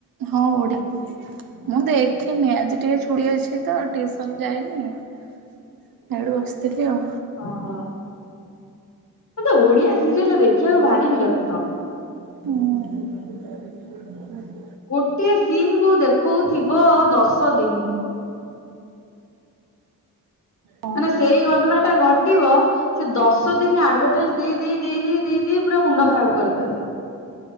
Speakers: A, on the right; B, on the left.
A: ହଁ ଓଡ଼ିଆ ମୁଁ ଦେଖେନି ଆଜି ଟିକେ ଛୁଟି ଅଛି ତ ଟିଉସନ୍ ଯାଇନି ହେଇଠୁ ବସିଥିଲି। ଆଉ
B: ଓହୋ ମତେ ଓଡିଆ ସିରିଏଲ୍ ଦେଖିବାକୁ ଭାରି ବିରକ୍ତ।
A: ହଁ।
B: ଗୋଟିଏ ସିନ୍ କୁ ଦେଖଉଥିବ ଦଶ ଦିନ।
A: ହଁ।
B: ମାନେ ସେଇ ଘଟଣା ଟା ଘଟିବ ସେ ଦଶ ଦିନ ଆଡଭାଟାଇଜ୍ ଦେଇ ଦେଇେ ଦେଇ ଦେଇ ଦେଇ ଦେଇ ପୁରା ମୁଣ୍ଡ ଖରାପ କରିଦେବେ।